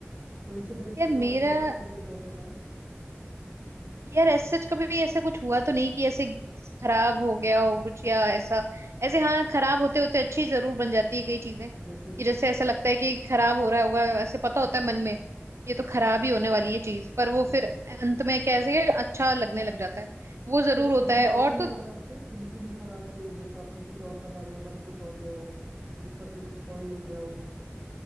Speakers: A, on the right; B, on the right.
A: कोई इंसिडेंट
B: यार
A: नहीं हुआ
B: मेरा
A: आपके साथ कुकिंग करते टाइम
B: यार ऐसे सच कभी भी ऐसा कुछ हुआ तो नहीं कि ऐसे खराब हो गया हो कुछ या ऐसा ऐसे हाँ खराब होते होते अच्छी जरूर बन जाती है कई चीजें कि
A: जैसे कि
B: जैसे ऐसा लगता है कि खराब हो रहा होगा ऐसे पता होता है मन में ये तो खराब ही होने वाली है चीज पर वो
A: हम्म
B: फिर अंत में कैसे अच्छा लगने लग जाता है वो जरूर
A: कुछ
B: होता
A: कभी
B: है
A: वैसे
B: और
A: नहीं
B: तो
A: बना आपसे बिल्कुल ही खराब के जैसे आपने कुछ और बना रहे हो बन कुछ और गया हो ऊपर से कुछ स्पॉइल हो गया हो